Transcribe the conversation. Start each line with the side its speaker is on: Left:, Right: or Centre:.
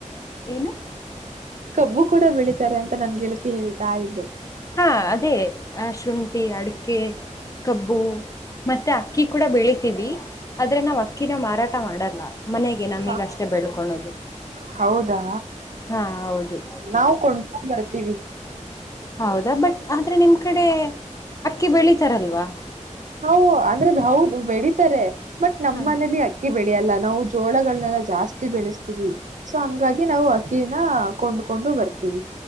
Left: ಏನು
Right: ಕಬ್ಬು ಕೂಡ ಬೆಳೀತಾರೆ ಅಂತ ನನ್ ಗೆಳತಿ ಹೇಳ್ತಾ ಇದ್ದು
Left: ಹಾ ಅದೇ ಆ ಶುಂಠಿ ಅಡಕೆ ಕಬ್ಬು ಮತ್ತೆ ಅಕ್ಕಿ ಕೂಡ ಬೆಳಿತೀವಿ ಆದ್ರೆ ನಾವು ಅಕ್ಕಿನ ಮಾರಾಟ ಮಾಡಲ್ಲ ಮನೆಗೆ ನಮಗ
Right: ಹಾ
Left: ಅಷ್ಟೇ ಬೆಳ್ಕೊಳೋದು
Right: ಹೌದಾ
Left: ಹಾ ಹೌದು
Right: ನಾವು ಕೊಂಡ್ಕೊಂಡ್ ಬರ್ತೀವಿ
Left: ಹೌದಾ ಬಟ್ ಆದ್ರೆ ನಿಮ್ ಕಡೆ ಅಕ್ಕಿ ಬೆಳಿತಾರಲ್ವಾ
Right: ಹೌ ಅಂದ್ರೆ ಹೌದು ಬೆಡೀತಾರೆ ಬಟ್ ನಮ್ಮ್
Left: ಹಾ
Right: ಮನೇಲಿ ಅಕ್ಕಿ ಬೆಳೆಯಲ್ಲ ನಾವು ಜೋಳಗಳನ್ನನೆಲ್ಲ ಜಾಸ್ತಿ ಬೆಳೆಸ್ತೀವಿ ಸೊ ಹಂಗಾಗಿ ನಾವು ಅಕ್ಕ ಅಕ್ಕನ ಕೊಂಡ್ಕೊಂಡು ಬರ್ತೀವಿ